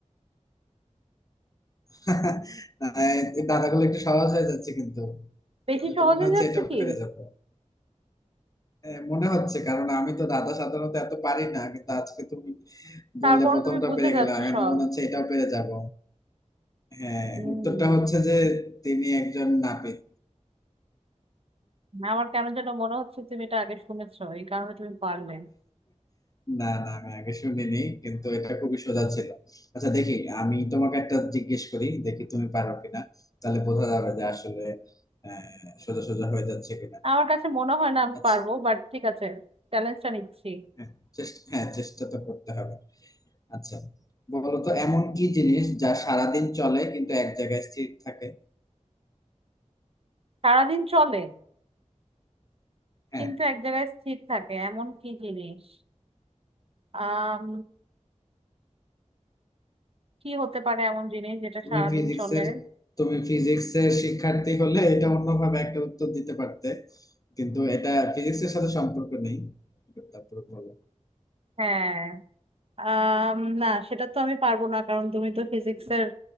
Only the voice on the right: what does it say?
বেশি
সহজ
হয়ে
যাচ্ছে
কি
তারপরে
তুমি বুঝে
যাচ্ছ
সব
হম
আমার কেন যেন মনে হচ্ছে তুমি এটা আগে শুনেছো এই কারণে তুমি পারলে
আমার কাছে মনে হয় না আমি
পারবো বাট ঠিক আছে চ্যালেঞ্জটা নিচ্ছি
সারাদিন চলে
কিন্তু এক জায়গায় স্থির থাকে এমন কি জিনিস আহ কি হতে পারে এমন জিনিস যেটা
সারাদিন
চলে
হ্যাঁ আম, না সেটা তো আমি পারবো না কারণ তুমি তো ফিজিক্সের